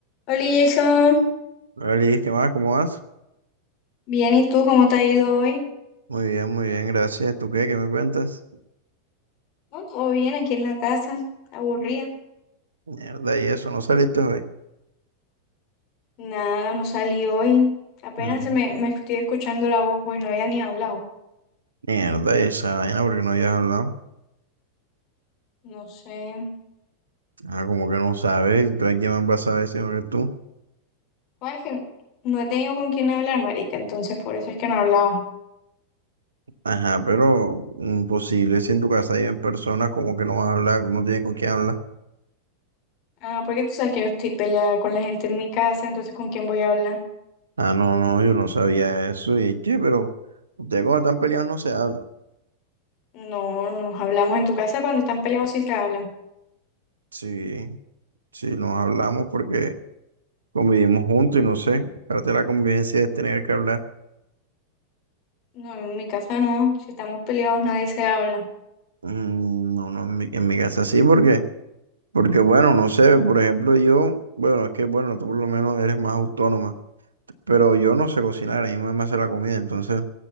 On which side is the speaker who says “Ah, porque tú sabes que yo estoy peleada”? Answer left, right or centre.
Left